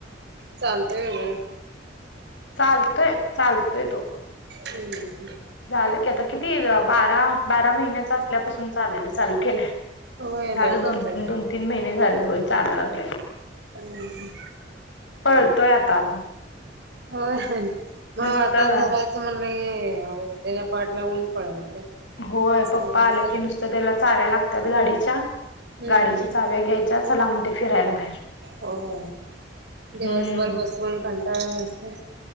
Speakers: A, on the right; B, on the left.
A: चालतय वगैरे
B: चालतोय चालतोय तो
A: हम्म.
B: झालं की आता, किती अ बारा बारा महिन्याच असल्यापासून चालायल चालू केलंय.
A: होय
B: झालं
A: लवकर
B: दोन
A: चालेल
B: तीन दोन तीन महिने झाल, होय चालाय लागलाय.
A: हम्.
B: पळतोय आता
A: होय मग
B: नुसतं
A: आता धरायचं. च म्हणलं की आवघड होतय पाठ लागुन पळायचं.
B: होय
A: चांगला
B: पप्पा आलं
A: तर
B: की नुसतं, त्याला चाव्या लागत्यात गाडीच्या
A: हम्म
B: गाडीच्या चाव्या घ्यायच्या. तर चला म्हणतय फिरायला बाहेर
A: होय दिवसभर
B: हम्म
A: बसवून कंटाळा आलेला असतोय.